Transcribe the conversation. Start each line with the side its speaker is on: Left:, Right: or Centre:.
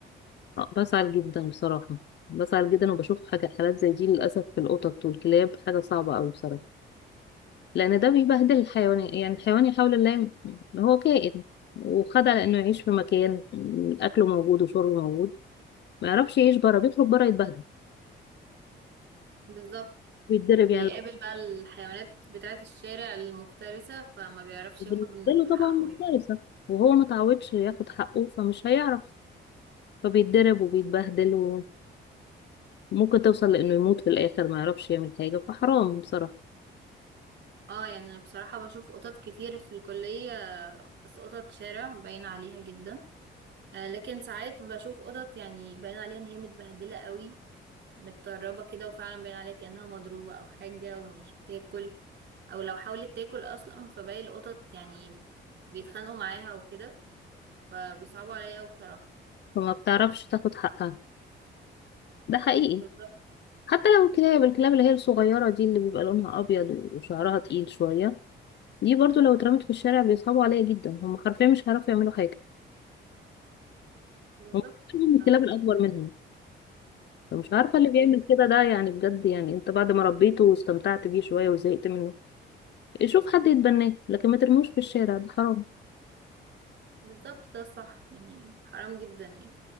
Left: آه، بزعل جدا بصراحة بزعل جدا وبشوف حاجة حالات زي دي للأسف في القطط والكلاب حاجة صعبة أوي بصراحة لأن ده بيبهدل الحيوان يعني الحيوان يحاول الله يم- هو كائن وخد على إنه يعيش في مكان أكله موجود وشربه موجود ما يعرفش يعيش بره بيخرج بره يتبهدل
Right: <laughs> بالظبط
Left: ويتضرب
Right: بيقابل
Left: يعني
Right: بقى الحيوانات بتاعة الشارع المفترسة فما بيعرفش
Left: بالنسبة
Right: ياخد
Left: له
Right: حقه
Left: طبعا مفترسة
Right: يعني
Left: وهو متعودش ياخد حقه فمش هيعرف فبيتضرب وبيتبهدل وممكن توصل لأنه يموت في الآخر ما يعرفش يعمل حاجة فحرام بصراحة
Right: اه يعني انا بصراحة بشوف قطط كتير في الكلية بس قطط شارع باين عليها جدا آه لكن ساعات بشوف قطط يعني باين عليها ان هي متبهدلة قوي متطربة كده وفعلا باين عليها كأنها مضروبة او حاجة ومش بتاكل او لو حاولت تاكل اصلا فباقي القطط يعني بيتخانقوا معاها وكده فبيصعبوا عليا قوي بصراحة
Left: فما بتعرفش تاخد حقها ده حقيقي
Right: بالظبط
Left: حتى لو الكلاب الكلاب اللي هي الصغيرة دي اللي بيبقى لونها أبيض وشعرها تقيل شوية دي برضو لو اترمت في الشارع بيصعبوا عليها جدا هم حرفيا مش هيعرفوا يعملوا حاجة
Right: بالظبط
Left: هم بيحبوا الكلاب
Right: اه
Left: الأكبر منهم فمش عارفة اللي بيعمل
Right: ليه؟
Left: كده ده يعني بجد يعني انت بعد ما ربيته واستمتعت بيه شوية وزهقت منه شوف حد يتبناه لكن ما ترموش في الشارع ده حرام
Right: بالظبط ده الصح يعني حرام جدا يعني